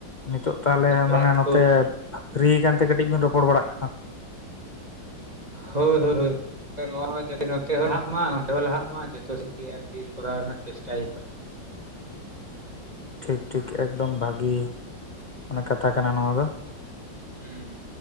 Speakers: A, on the left; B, on the right.
A: ᱱᱤᱛᱚᱜ ᱛᱟᱦᱚᱞᱮ
B: ᱛᱚᱞᱟ
A: ᱢᱟᱱᱮ ᱱᱚᱛᱮ
B: ᱠᱚ
A: ᱯᱷᱨᱤ ᱟᱠᱟᱱᱛᱮ ᱠᱟᱹᱴᱤᱡ ᱵᱤᱱ ᱨᱚᱯᱚᱲ ᱵᱟᱲᱟᱜ ᱠᱟᱱᱟ ᱾
B: ᱦᱳᱭ ᱦᱳᱭ ᱦᱳᱭ᱾ ᱱᱚᱣᱟ ᱦᱚᱸ ᱡᱟᱛᱮ ᱱᱚᱛᱮ ᱦᱚᱸ ᱞᱟᱦᱟᱜ ᱢᱟ ᱚᱸᱰᱮ ᱦᱚᱸ ᱞᱟᱦᱟᱜ ᱢᱟ ᱡᱚᱛᱚ ᱥᱡ ᱜᱮ ᱟᱨᱠᱤ ᱠᱚᱨᱟᱣ ᱨᱮᱱᱟᱜ ᱪᱮᱥᱴᱟᱭ ᱦᱩᱭᱩᱜ ᱠᱟᱱᱟ ᱾
A: ᱴᱷᱤᱠ ᱴᱷᱤᱠ ᱮᱠᱫᱚᱢ ᱵᱷᱟᱜᱤ ᱢᱟᱱᱮ ᱠᱟᱛᱷᱟ ᱠᱟᱱᱟ ᱱᱚᱣᱟ ᱫᱚ᱾
B: ᱦᱩᱸ,